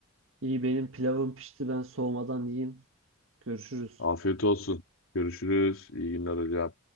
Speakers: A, on the right (about 75°); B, on the left (about 85°).
A: İyi benim pilavım pişti ben soğumadan yiyeyim. Görüşürüz.
B: Afiyet olsun. Görüşürüz. İyi günler hocam.